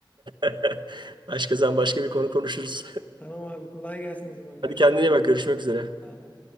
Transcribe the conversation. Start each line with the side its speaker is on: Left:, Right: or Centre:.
Right: <laughs> Başka zaman başka bir konu konuşuruz. <laughs>
Left: Tamam abi kolay gelsin o zaman görüşürüz.
Right: Hadi kendine iyi bak. Görüşmek üzere.
Left: Sağ ol abi.